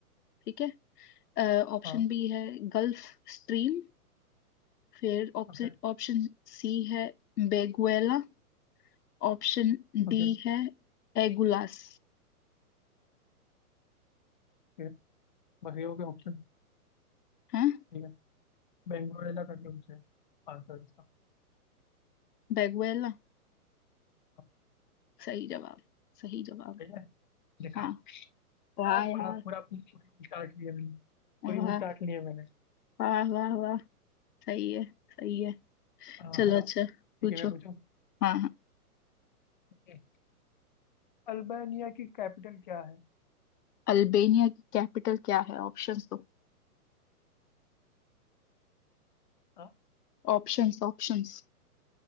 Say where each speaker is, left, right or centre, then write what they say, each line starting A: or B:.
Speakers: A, on the left (about 80°); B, on the left (about 30°).
A: ठीक है ऑप्शन
B: हाँ
A: बी है गल्फ स्ट्रीम फिर ऑप्शन
B: ओके
A: ऑप्शन सी है बेगुएला ऑप्शन डी
B: ओके
A: है एगुलास
B: ओके बस ये हो गया ऑप्शन
A: हाँ
B: ठीक है बेंगोरेला करके मुझे आंसर इसका
A: बेगुएला
B: हाँ,
A: सही जवाब सही जवाब
B: ठीक है देखा
A: हाँ वाह
B: यार
A: यार
B: पढ़ा पूरा अपनी पूरी बुक चाट लिया मैंने पूरी
A: वाह
B: बुक चाट लिया मैंने
A: वाह वाह वाह सही है सही है
B: हाँ
A: चलो
B: हाँ,
A: अच्छा
B: ठीक
A: पूछो
B: है मैं पूछूं
A: हाँ
B: ओके अल्बानिया की कैपिटल क्या है
A: अल्बेनिया की कैपिटल क्या है ऑप्शंस दो
B: हाँ
A: ऑप्शंस ऑप्शंस